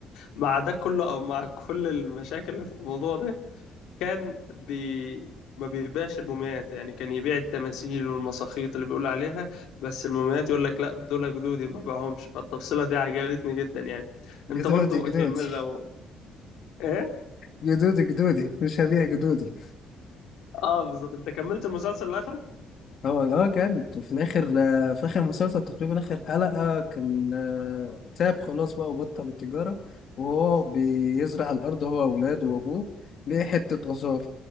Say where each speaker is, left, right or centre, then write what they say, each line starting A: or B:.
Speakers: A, on the left; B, on the left.
A: مع ده كله او مع كل المشاكل اللي في الموضوع ده كان بي ما بيبيعش المومياوات يعني كان يبيع التماثيل والمساخيط اللي بيقول عليها بس المومياوات يقول لك لا دول جدودي ما باعهمش فالتفصيلة دي عجبتني جدا يعني
B: جدودي
A: انت برضو
B: جدودي
A: اكمل لو ايه
B: جدودي جدودي مش هبيع جدودي
A: اه بالظبط انت كملت المسلسل لاخره
B: هو اه جامد وفي الاخر آه، في اخر مسلسل تقريبا اخر حلقة كان آه، تعب خلاص بقى وبطل التجارة وهو بيزرع الارض هو واولاده وابوه ليه حتة آثار